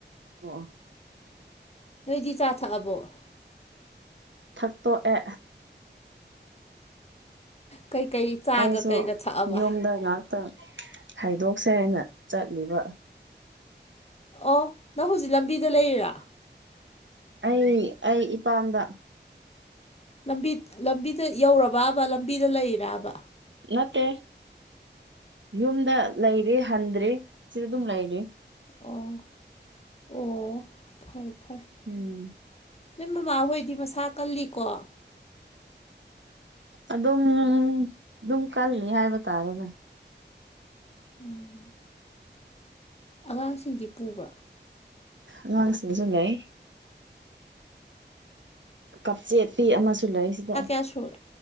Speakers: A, on the right; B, on the left.
A: ꯑꯣ
B: ꯅꯣꯏꯗꯤ ꯆꯥ ꯊꯛꯑꯕꯣ
A: ꯊꯛꯇꯣꯛꯑꯦ
B: ꯀꯩꯀꯩ ꯆꯥꯒ
A: ꯑꯩꯁꯨꯣ
B: ꯀꯩꯒ ꯊꯛꯑꯕ
A: ꯅꯣꯝꯗꯒ ꯉꯥꯏꯍꯥꯛꯇ ꯍꯥꯏꯗꯣꯛꯁꯦ ꯍꯥꯏꯅ ꯆꯠꯂꯤꯕ
B: ꯑꯣ ꯅꯪ ꯍꯧꯖꯤꯛ ꯂꯝꯕꯤꯗ ꯂꯩꯔꯤꯔꯥ
A: ꯑꯩ ꯑꯩ ꯏꯄꯥꯝꯗ
B: ꯕꯤ ꯂꯝꯕꯤꯗ ꯌꯧꯔꯕꯕ ꯂꯝꯕꯤꯗ ꯂꯩꯔꯕꯕ
A: ꯅꯠꯇꯦ ꯌꯨꯝꯗ ꯂꯩꯔꯤ ꯍꯟꯗ꯭ꯔꯔꯤ ꯁꯤꯗ ꯑꯗꯨꯝ ꯂꯩꯔꯤ
B: ꯑꯣ ꯑꯣ ꯐꯔꯦ ꯐꯔꯦ
A: ꯎꯝ
B: ꯅꯣꯏ ꯃꯃꯥꯍꯣꯏꯗꯤ ꯃꯁꯥ ꯀꯜꯂꯤꯀꯣ
A: ꯑꯗꯨꯝ ꯑꯗꯨꯝ ꯀꯜꯂꯤ ꯍꯥꯏꯕ ꯇꯥꯔꯦꯅꯦ
B: ꯎꯝ ꯑꯉꯥꯡꯁꯤꯡꯗꯤ ꯄꯨꯕ꯭ꯔꯥ
A: ꯉꯥꯡꯁꯤꯡꯁꯨ ꯂꯩ ꯀꯞꯆꯦꯠꯄꯤ ꯑꯃꯁꯨ ꯂꯩ ꯁꯤꯗ
B: ꯇꯁꯨꯔꯦ